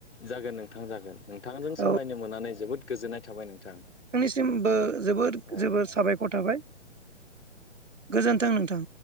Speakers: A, on the left; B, on the right.
A: जागोन नोंथां जागोन नोंथांजों
B: औ
A: सावरायनो मोननानै जोबोद गोजोननाय थाबाय नोंथां
B: सिमबो जोबोर
A: औ
B: जोबोर साबायखर थाबाय गोजोन्थों नोंथां